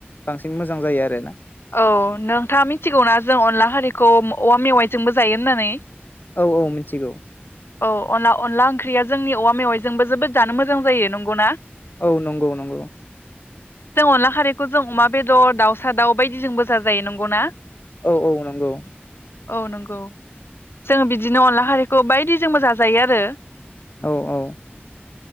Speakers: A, on the left; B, on the left.
A: बांसिन मोजां जायो आरोना।
B: औ नोंथाङा मिथिगौना जों अनला खारिखौ औवा मेवाइजोंबो जायो होननानै?
A: औ औ मिथिगौ।
B: औ अनला अनला ओंख्रिया जोंनि औवा मेवाइजोंबो जोबोद जानो मोजां जायो नंगौना?
A: औ नंगौ नंगौ।
B: जों अनला खारैखौ जों अमा बेदर दाउसा दाउ। बायदिजोंबो जायो नंगौना?
A: औ औ नंगौ।
B: औ नंगौ जोङो बिदिनो अनला खारिखौ बायदि जोंबो जाजायो आरो।
A: औ औ